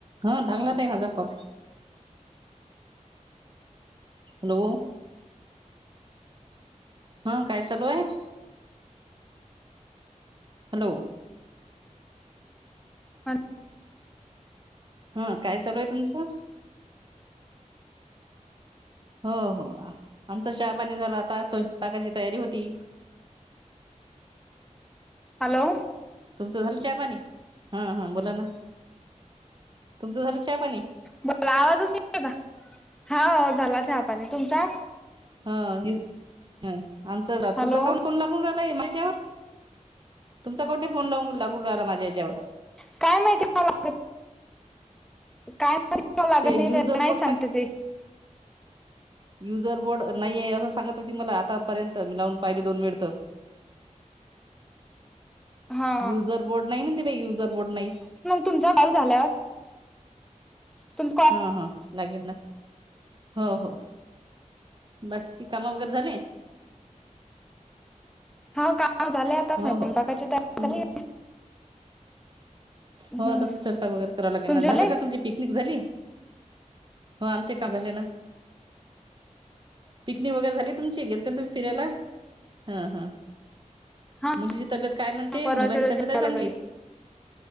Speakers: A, on the right (about 40°); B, in the centre.
A: ह लागलात आहे नाझा को हॅलो. हं काय चालू आहे. हॅलो.
B: हा.
A: हा काय चालू आहे तुमचं? हो हो आमच शहापाणी झालं आता स्वयंपाकाची तयारी होती.
B: हॅलो.
A: तुमचं झालं चहा पाणी हा हा बोला ना तुमचं झालं चहा पाणी
B: बला आवाजच नाही हा झाला चहापाने तुमचा?
A: ह आमचा
B: हॅलो
A: तुझा काउंट फोन लागून राहिलाय माझ्यावर तुमचा कोणे फोन लाव लागून राहिला माझ्या याच्यावर
B: काय माहिती आहेला. काय लागत
A: ते
B: नाही
A: युजर
B: नाही
A: बोर्ड
B: सांगते
A: सांग
B: ते
A: <unintelligible> युजर बोर्ड नाही आहे असं सांगत होती मला आतापर्यंत मी लावून पाहिले दोन वेळ तर
B: हा
A: युजर बोर्ड नाही म्हणते बाई युजर बोर्ड नाही
B: तुम काल झाल्या तुम?
A: हा हा लागेल ना हो हो. बाकी कामा वगैरे झाले
B: हा काव झाले आता स्वयंपाकाची
A: हो हो
B: तया
A: तुमची
B: झा.
A: हो
B: हम्म
A: आता स्वयपाक वगैरे करावा लागे
B: तुमचे झाले
A: झाला का तुमची पिकनिक झाली हो आमचे का झाले ना पिकनिक वगैरे झाली तुमची गेल तर तुम्ही फिरायला हा हा
B: हा
A: मुलीची तब्येत काय म्हणते
B: परवाच्या
A: मुलाची
B: रोजी
A: तब्येत आहे
B: आलो
A: चांगली.
B: घरी